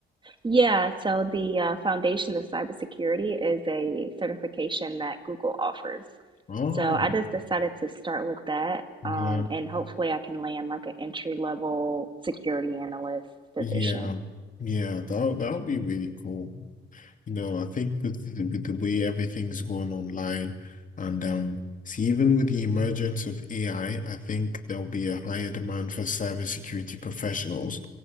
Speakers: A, on the right (about 25°); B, on the left (about 40°).
A: Yeah, so the uh, Foundations of Cybersecurity is a certification that Google offers.
B: Oh,
A: So I just decided to start with that,
B: yeah,
A: um, and hopefully I can land like an entry level security analyst position.
B: yeah, yeah. That that would be really cool. You know, I think with the, with the way everything's going online, and um, see, even with the emergence of AI, I I think there'll be a higher demand for cybersecurity professionals